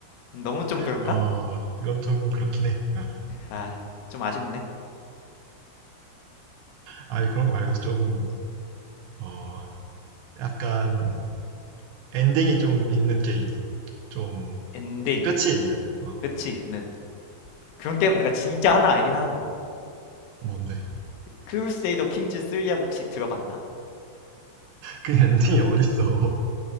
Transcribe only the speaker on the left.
너무 좀 그런가?
아, 좀 아쉽네.
엔딩,
끝이 있는. 그런 게임 내가 진짜 하나 알긴 하는데.
크루세이더 킹즈 3하고 혹시 들어봤나?